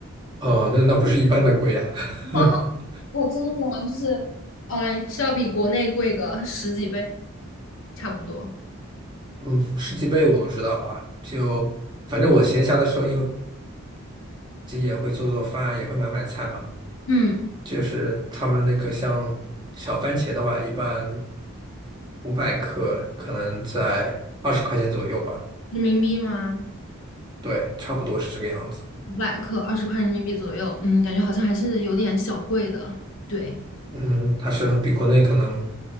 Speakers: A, on the right; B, on the left.
A: 哦，那那不是一般的贵啊。<laughs>
B: <laughs> 我真的吗？就是，嗯、是要比国内贵个十几倍，差不多。
A: 嗯，十几倍我不知道啊。就反正我闲暇的时候，因为自己也会做做饭啊，也会买买菜嘛。
B: 嗯，
A: 就是他们那个像小番茄的话，一般五百克可能在二十块钱左右吧。
B: 人民币吗？
A: 对，差不多是这个样子。
B: 五百克，二十块人民币左右。嗯，感觉好像还是有点小贵的。对，
A: 嗯，它是比国内可能，